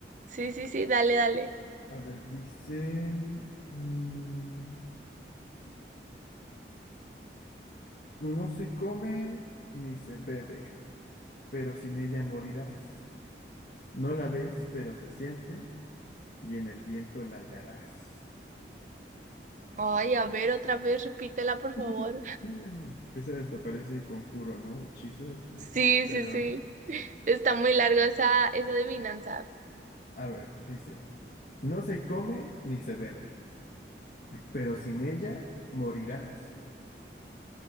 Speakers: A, on the right; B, on the left.
A: Sí, sí, sí, dale, dale.
B: A ver, dice, mm, no se come ni se bebe, pero sin ella morirás. No la ves, pero se siente y en el viento la hallarás.
A: Ay, a ver, otra vez, repítela, por
B: <laughs>
A: favor.
B: Esa hasta parece conjuro, ¿no? Hechizo, este,
A: Sí,
B: pero,
A: sí, sí. <laughs> Está muy larga esa, esa adivinanza.
B: a ver, dice. No se come ni se bebe, pero sin ella morirás.